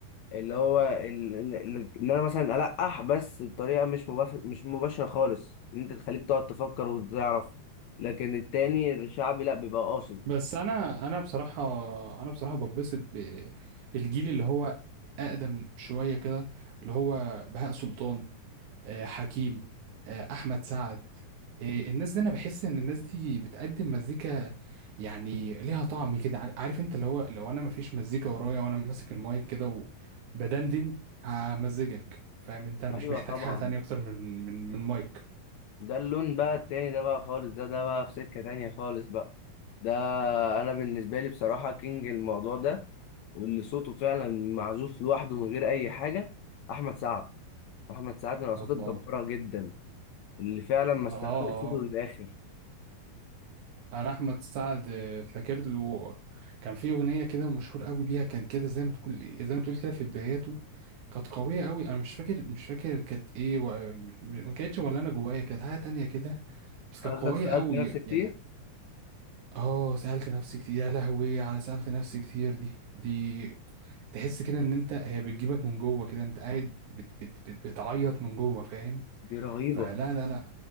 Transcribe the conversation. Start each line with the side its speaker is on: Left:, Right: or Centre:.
Left: اللي هو ال- ال- ال- ان انا مثلا ألقح بس بطريقة مش مباف- مش مباشرة خالص ان انت تخليك تقعد تفكر وتعرف لكن التاني الشعبي لأ بيبقى قاصد
Right: بس انا انا بصراحه انا بصراحه ببسط بالجيل اللي هو اقدم شويه كده اللي هو بهاء سلطان آه، حكيم آه، احمد سعد آه، الناس دي انا بحس ان الناس دي بتقدم مزيكا يعني ليها طعم كده عار- عارف انت اللي هو لو انا مفيش مزيكا ورايا وانا ماسك المايك كده وبدندن همزجك فاهم انت انا
Left: ايوه
Right: مش محتاج
Left: طبعا
Right: حاجه تانية اكتر من من من مايك
Left: ده اللون بقى التاني ده بقى خالص ده ده بقى في سكة تانية خالص بقى ده انا بالنسبه لي بصراحه كينج الموضوع ده واللي صوته فعلا معزوف لوحده من غير اي حاجه احمد سعد احمد سعد من الاصوات
Right: الله
Left: الجباره جدا اللي فعلا ما
Right: اه
Left: استغلش
Right: اه
Left: صوته للاخر
Right: انا احمد سعد آه، فاكر له كان في اغنيه كده مشهور قوي بيها كان كده زي ما تقول زي ما تقول كده في بداياته كانت قوية قوي انا مش فاكر مش فاكر كانت ايه و... م- ما كانتش ولا انا جوايا كانت حاجة تانية كده بس كانت
Left: قصدك
Right: قوية
Left: سالت
Right: قوي
Left: نفسك كتير
Right: يعني اه سألت نفسي كتير يا لهوي على سألت نفسي كتير دي دي تحس كده ان انت هي بتجيبك من جوه كده انت قاعد بت... بت... بت... بتعيط من جوه فاهم
Left: دي رهيبه
Right: فلا لا لا